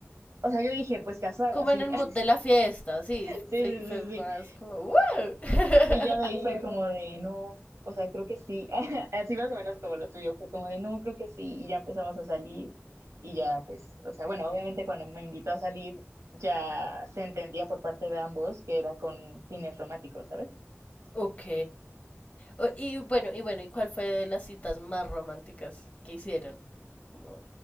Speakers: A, on the right; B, on the left.
A: o sea, yo dije, pues casual,
B: Como
A: así,
B: en el
A: <laughs>
B: mood
A: sí,
B: de la fiesta, sí,
A: sí,
B: fue,
A: sí,
B: fue más
A: sí,
B: como ¡wow! <laughs>
A: Y ya de ahí fue como de, no, o sea, creo que sí. <laughs> Así más o menos como lo tuyo, fue como de, no, creo que sí. Y ya empezamos a salir. Y ya, pues, o sea, bueno, obviamente cuando me invitó a salir, ya se entendía por parte de ambos que era con fines románticos, ¿sabes?
B: Ok. O- y bueno, y bueno, ¿y cuál fue de las citas más románticas que hicieron? Como,